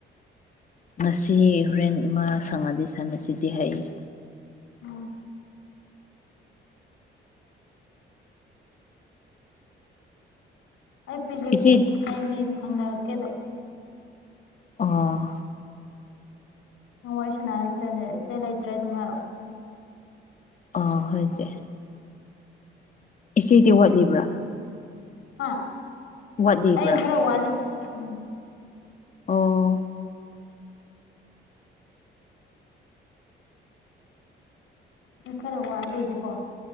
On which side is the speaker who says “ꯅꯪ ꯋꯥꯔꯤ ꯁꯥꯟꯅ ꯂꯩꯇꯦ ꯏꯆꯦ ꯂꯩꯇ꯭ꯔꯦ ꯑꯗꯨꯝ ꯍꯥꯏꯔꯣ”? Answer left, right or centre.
Left